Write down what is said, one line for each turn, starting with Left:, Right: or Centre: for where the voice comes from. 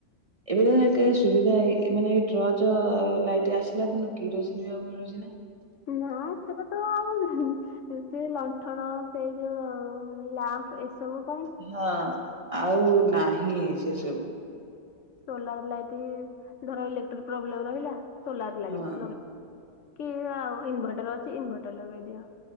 Right: ଏବେ ତ ସୁବିଧାଇ ମାନେ ଏଇ ଟ୍ରଚ୍ ଲାଇଟ ଆସିଲା ଦିନୁ କିରୋଷିନି ଝିଅ ମିଳୁଛି ନା?
Left: ନା ସେଟାତ ଆଉ ସେ ଲଣ୍ଠଣ ସେଇ ଯୋଉ ଲ୍ୟାମ୍ପ ଏସବୁ ପାଇଁ
Right: ହଁ ଆଉ ନାହିଁ ସେ ସବୁ।
Left: ସୋଲାର ଲାଇଟି ଧର ଇଲେକ୍ଟ୍ରିକ ପ୍ରୋବ୍ଲେମ ରହିଲା ସୋଲାର ଲାଗି
Right: ହଁ।
Left: ଲାଗଗେଇ କି ଆଉ ଇନିଭେଟର ଅଛି ଇନଭର୍ଟର ଲଗେଇଦିଅ